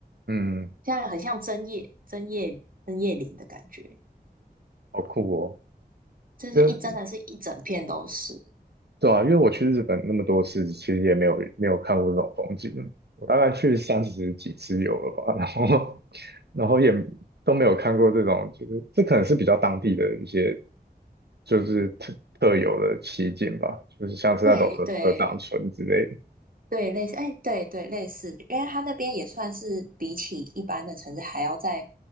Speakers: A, on the right; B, on the right.
A: 嗯，
B: 这样很像针叶、针叶、针叶林的感觉，
A: 好酷哦，
B: 就是一真的是一整片都是。
A: 因为对啊，因为我去日本那么多次，其实也没有没有看过这种风景，我大概去三十几次有了吧，然后 <laughs> 然后也都没有看过这种，就是这可能是比较当地的一些就是特特有的奇景吧，就是像是那种合合掌村之类的，
B: 对对对，类似，哎，对对类似，因为它那边也算是比起一般的城市还要再